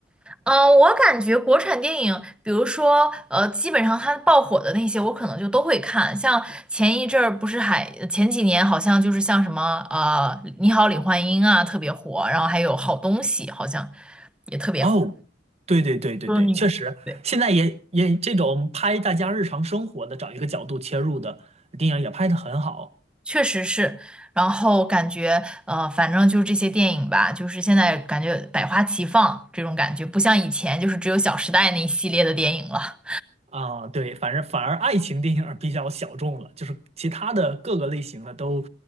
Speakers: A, in the centre; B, on the right.
A: 嗯呃，我感觉国产电影，比如说，呃，基本上它爆火的那些，我可能就都会看。像前一阵儿不是还前几年好像就是像什么呃《你好，李焕英》啊特别火，然后还有《好东西》好像也特别火。
B: 哦，对对对对对，
A: 就是你对，
B: 确实，现在也也这种拍大家日常生活的，找一个角度切入的电影也拍的很好
A: 确实是。然后感觉呃，反正就是这些电影吧，就是现在感觉百花齐放这种感觉，不像以前就是只有《小时代》那一系列的电影了。
B: 啊。对，反正反而爱情电影比较小众了，就是其他的各个类型的都